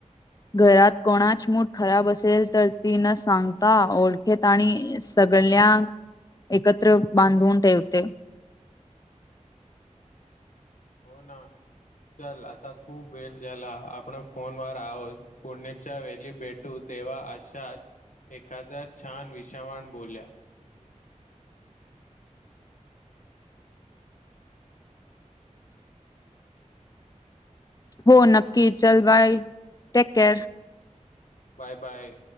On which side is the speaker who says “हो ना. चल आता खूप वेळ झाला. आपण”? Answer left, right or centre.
Left